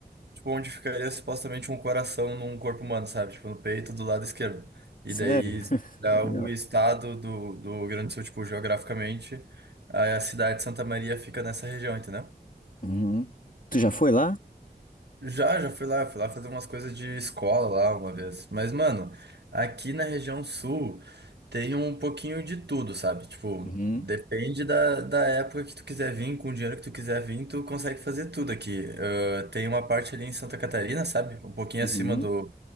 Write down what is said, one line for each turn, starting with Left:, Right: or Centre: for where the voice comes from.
Right: tipo, onde ficaria supostamente um coração num corpo humano, sabe? Tipo, no peito do lado esquerdo. E
Left: Sério?
Right: daí,
Left: <laughs>
Right: se olhar o
Left: Legal.
Right: estado do, do Rio Grande do Sul, tipo, geograficamente, a a cidade de Santa Maria fica nessa região, entendeu?
Left: Uhum. Tu já foi lá?
Right: Já, já fui lá, fui lá fazer umas coisas de escola lá uma vez. Mas, mano, aqui na região sul tem um pouquinho de tudo, sabe? Tipo,
Left: Uhum.
Right: depende da, da época que tu quiser vir, com o dinheiro que tu quiser vir, tu consegue fazer tudo aqui. Ah, tem uma parte ali em Santa Catarina, sabe? Um pouquinho
Left: Uhum.
Right: acima do,